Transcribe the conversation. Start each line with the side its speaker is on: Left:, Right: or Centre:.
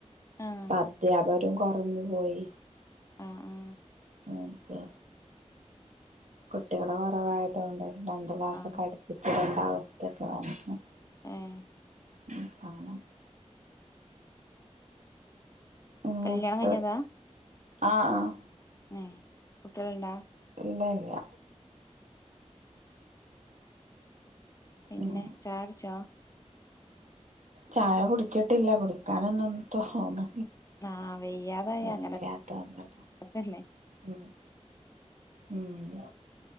Left: ഉം ആഹ്
Right: അധ്യാപകരും കൊറഞ്ഞു പോയി
Left: ഉം ഉം.
Right: ഒക്കെ കുട്ടികള് കൊറവായതുകൊണ്ട് രണ്ട് ക്ലാസ്സൊക്കെ
Left: ആഹ്
Right: അടുപ്പിച്ച്ടേണ്ട അവസ്തൊക്കെ വന്ന്
Left: ഏഹ്
Right: <unintelligible> മൂത്ത്
Left: കല്യാണം കഴിഞ്ഞതാ
Right: ആഹ് ആഹ്
Left: ഏ കുട്ട്യാള്ണ്ടാ
Right: ഇല്ല ല്യ
Left: പിന്നെ
Right: ഉം
Left: ചായട്ച്ചോ
Right: ചായ കുടിച്ചിട്ടില്ല കുടിക്കാന്നോന്നും തോന്ന.
Left: ആഹ് വെയ്യാതായ
Right: വയ്യാത്തോണ്ടാണ്
Left: അങ്ങനെ തെന്നെ
Right: ഉം ഉം